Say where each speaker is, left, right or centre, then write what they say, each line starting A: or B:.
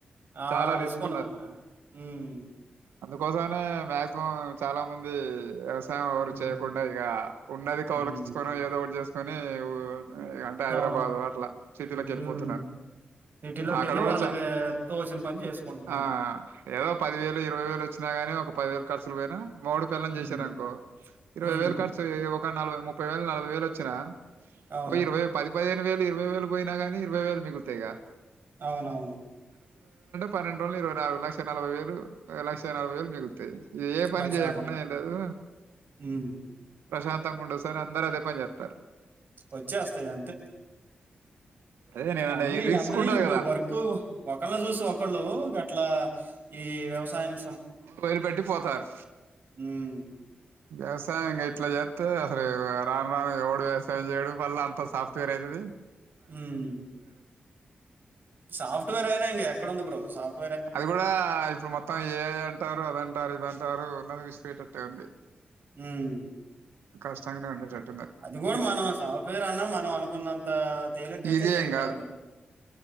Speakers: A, on the right; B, on the right.
A: ఆ
B: చాలా
A: రిస్కుండదన్న
B: రిస్క్
A: ఉమ్
B: కోసానే మాక్సిమం చాలా మంది ఎస్ ఎవ్వరు
A: హ్మ్.
B: చేయకుండా ఇగ ఉన్నది కౌలుకిచ్చుకొని
A: హ్మ్.
B: ఏదో ఒకటి చేసుకొనీ ఊ అంటే హైదరాబాద్
A: అవును.
B: అట్లా సిటీలకి వెళ్ళిపోతున్నారు.
A: హ్మ్. సిటీలోకెళ్ళి
B: అక్కడ కూడా
A: వాళ్ళకి
B: చ
A: తోచిన పని చేసుకుంటున్నారు.
B: ఆ ఏదో పది వేలు ఇరవై వేలు వచ్చిన గాని ఒక పదివేల్ ఖర్చ్ న మూడు పెళ్ళాం
A: హ్మ్.
B: చేసారనుకో ఇరవై
A: హ్మ్.
B: వేలు ఖర్చు ఒక నలభై ముప్పై వేలు నలభై వేలు వచ్ వచ్చిన
A: అవును.
B: ఓ ఇరవై పది పదిహేను వేలు ఇరవై వేలు పోయినా గాని ఇరవై వేలు మిగులుతాయిగ
A: అవునవును
B: పన్నెండు రోజుల ఇరవై నాలుగు లక్ష నలభై వేలు లక్ష నలభై వేలు మిగుల్ ఏ పని
A: లక్షణాలు.
B: చేయకుండా ఏం లేదు
A: హ్మ్.
B: ప్రశాంతంగుండు ఒసారి అందరు అదే పని జెత్తర్
A: వచ్చే వస్తాయి అంతే
B: అదే నేను
A: కమడి
B: ఈ
A: ఇక
B: రిస్క్
A: అందరే
B: ఉండదు
A: ఇ
B: కదా
A: వర్క్ ఒకళ చూసి ఒ ళ్ళు గట్లా ఈ వ్యవసాయాని
B: వైరు పెట్టి పోతారు
A: హ్మ్.
B: వ్యవసాయం గిట్లా జెస్తే రాను రాను ఎవడు వ్యవసాయం చేయడు మళ్ళా అంత సాఫ్ట్వేర్ అయితది
A: ఉమ్ సాఫ్ట్వేర్ అయినా ఇంగ ఎక్కడుంది బ్రో సాఫ్ట్
B: అది గుడా ఇప్పుడు మొత్తం ఏఐ అంటారు. అదంటారు ఇదంటారు ఉన్నది విసిపెట్టతయాంది.
A: ఉమ్
B: కష్టంగానే ఉంటద్ జ
A: అది గూడా మనం సాఫ్ట్వేర్ అన్నా మనం అనుకున్నంత తేలిగ్గ అయితే
B: ఈజీ
A: లేదు
B: ఏం
A: గూడా
B: కాదు
A: అది